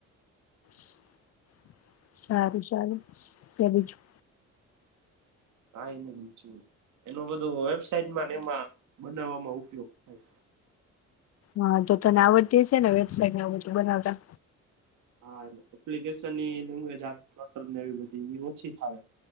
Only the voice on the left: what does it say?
<inaudible> સારું ચારું ત બીજું.
હા, તો તને આવડતી છે ને વેબસાઇટને બધું બનાવતા.